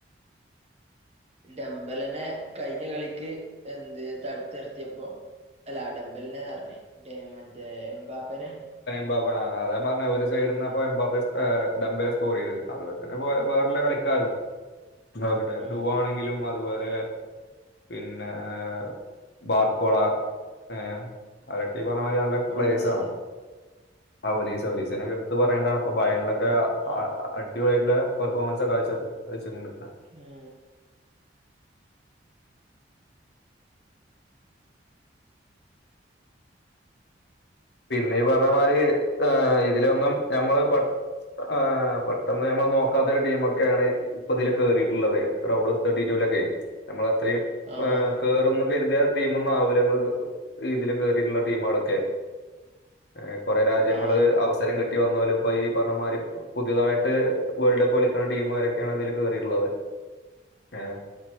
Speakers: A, on the right (about 35°); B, on the left (about 60°).
A: ഡമ്പലനെ കഴിഞ്ഞ കളിക്ക് എന്ത് തടത്തിർത്തിയപ്പൊ അല്ലാ ഡംമ്പലിനെന്നറഞ്ഞേ ഡെ മറ്റേ എംബാപ്പനെ
B: <unintelligible> അതാ പറഞ്ഞ ഒരു സൈഡിന്ന്പ്പ
A: ഉം
B: എംബാപ്പെസ് ഏഹ് ഡമ്പല സ്കോറെയ്തത് അതുപോലെ തന്നെ വേ വേറെല്ലെ കളിക്കാരും. അവരുടെ
A: ഉം
B: ഡൂ
A: ഉം
B: ആണെങ്കിലും അതുപോലെ പിന്നെ ഏഹ് ബാർക്കോള ഏഹ് അവരൊക്കെ ഈ പർ ഞ മാരി നല്ല
A: ഒലീസ്
B: പ്ലേയേസാണ് ഔലീസ് ഔലീസിനൊക്കെ എടുത്ത് പറയണ്ടാണ് ഇപ്പോ ഭയ ങ്കര
A: ഉം
B: അ അടിപൊളിയായ്ട്ട്ള്ള പെർഫോമെൻസാ കാഴ്ച്ചവെക്കുന്നെ വെച്ചിട്ട്ണ്ട്.
A: ഏഹ്
B: നീ പറഞ്ഞമാരി ഏഹ് ഇതിലൊന്നും ഞമ്മള് പ ആഹ് പെട്ടന്ന് ഞമ്മള് നോക്കാത്ത ടീമൊക്കെയാണ് ഇപ്പൊതില് കേറീട്ട്ള്ളത് റൗണ്ട് ഓഫ് തേർട്ടീറ്റൂ ലൊക്കെ നമ്മളത്രയും
A: ആഹ്
B: ഏഹ് കേറുന്ന് കെര്ത്യ ടീമൊന്നും ആവൂല നമ്മക്ക് ഇതില് കേറീട്ട്ള്ള ടീമാളൊക്കെ ഏഹ് കൊറെ രാജ്യങ്ങള്
A: ആഹ്
B: അവസരം കിട്ടി വന്നോലും പ്പൊ ഈ പറഞ്ഞ മാരി പുതിയതായിട്ട് വേൾഡ് കപ്പ് കളിക്കണ ടീമ് വരൊക്ക്യാണ് ഇതില് കേറീട്ട്ള്ളത്. ഏഹ്